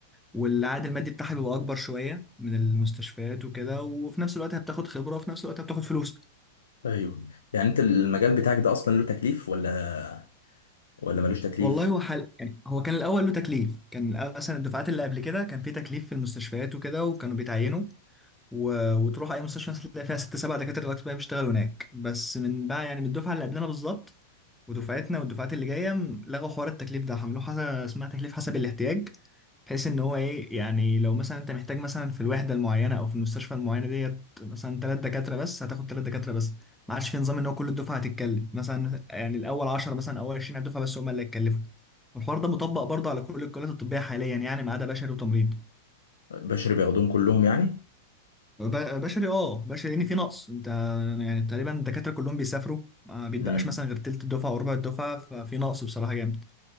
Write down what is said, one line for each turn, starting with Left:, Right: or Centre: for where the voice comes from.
Centre: والعائد المادي بتاعها بيبقى اكبر شوية من المستشفيات وكده وفي نفس الوقت هبتاخد خبرة وفي نفس الوقت هبتاخد فلوس
Left: ايوه يعني انت المجال بتاعك ده اصلا له تكليف ولا ولا ملوش تكليف؟
Centre: والله هو حل... يعني هو كان الاول له تكليف كان مثلا الدفعات اللي قبل كده كان في تكليف في المستشفيات وكده وكانوا بيتعينوا و... وتروح اي مستشفى مثلاً تلاقي فيها ست سبع دكاتره الاطباء بيشتغلوا هناك بس من بقى يعني من الدفعه اللي قبلنا بالظبط ودفعتنا والدفعات اللي جايه م- لغوا حوار التكليف ده عملوه حاجه اسمها تكليف حسب الاحتياج بحيث ان هو ايه يعني لو مثلا انت محتاج مثلا في الوحده المعينه او في المستشفى المعينه ديت مثلا ثلاث دكاتره بس هتاخد ثلاث دكاتره بس ما عادش في نظام ان هو كل الدفعه هتتكلم مثلا يعني الاول 10 مثلا اول 20 على الدفعه بس هم اللي هيتكلفوا والحوار ده مطبق برضه على كل الكليات الطبيه حاليا يعني ما عدا بشري وتمريض
Left: بشري بياخدوهم كلهم يعني؟
Centre: ب- بشري اه بشري لان في نقص انت يعني تقريبا الدكاتره كلهم بيسافروا ما بيتبقاش
Left: امم
Centre: مثلا غير تلت الدفعه او ربع الدفعه ففي نقص بصراحه جامد